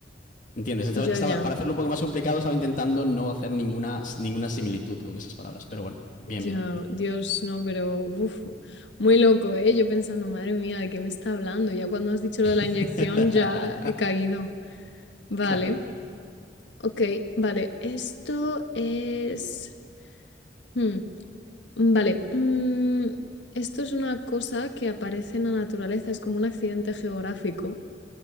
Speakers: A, on the left; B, on the left.
A: ¿entiendes? Estaba,
B: ya,
A: estaba-
B: ya.
A: para hacerlo un poco más complicado, estaba intentando no hacer ninguna, ninguna similitud con esas palabras. Pero bueno,
B: Ya,
A: bien, bien.
B: Dios, no, pero uf, muy loco, ¿eh? Yo pensando, madre mía, ¿de qué me está hablando? Ya cuando has dicho lo de la
A: <laughs>
B: inyección, ya he caído. Vale,
A: Claro.
B: ok, vale, esto es... hmm, vale, mm, esto es una cosa que aparece en la naturaleza, es como un accidente geográfico